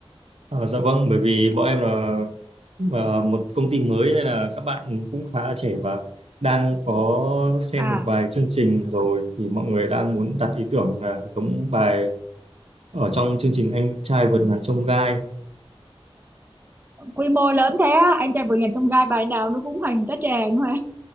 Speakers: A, on the right (about 80°); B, on the right (about 20°).
A: Ờ, dạ vâng, bởi vì bọn em là là một công ty mới nên là các bạn cũng khá là trẻ và đang có xem
B: À,
A: một vài chương trình rồi thì mọi người đang muốn đặt ý tưởng là giống bài ở trong chương trình Anh trai vượt ngàn chông gai.
B: quy mô lớn thế á, anh trai vượt ngàn chông gai bài nào nó cũng hoành tá tràng mà.